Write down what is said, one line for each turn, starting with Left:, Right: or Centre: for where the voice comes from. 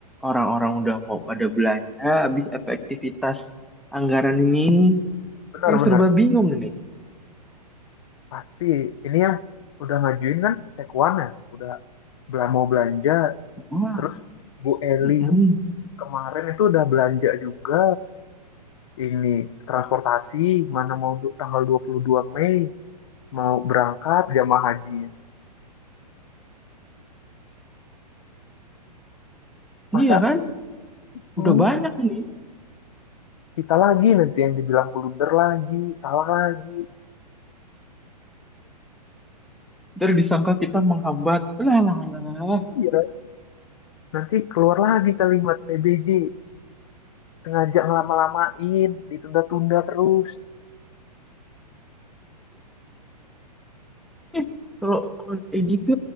Centre: Orang-orang udah mau pada belanja. Habis efektivitas anggaran ini.
Left: benar-benar
Centre: Yang serba bingung ini.
Left: Pasti ini yang udah ngajuin kan sekuan ya, udah bela mau belanja.
Centre: Wah.
Left: Terus Bu Eli
Centre: mm-mm.
Left: kemarin itu udah belanja juga ini transportasi mana mau du- tanggal 22 Mei mau berangkat jamaah haji. Masa
Centre: Iya kan?
Left: hmm,
Centre: Udah banyak ini.
Left: kita lagi nanti yang dibilang blunder lagi, salah lagi.
Centre: ntar disangka kita menghambat lah lah lah lah.
Left: Iya, nanti keluar lagi kalimat PBJ sengaja ngelama-lamain, ditunda-tunda terus.
Centre: eh kalau kalau kayak gitu